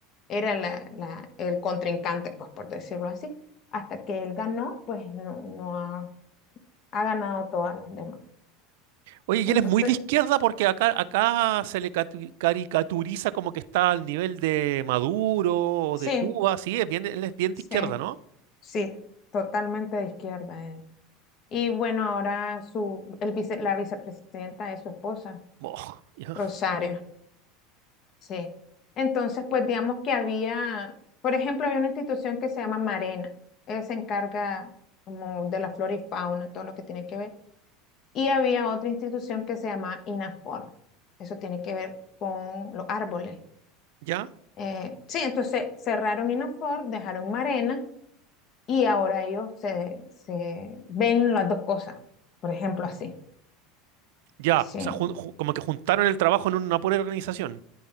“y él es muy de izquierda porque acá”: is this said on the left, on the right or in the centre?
Right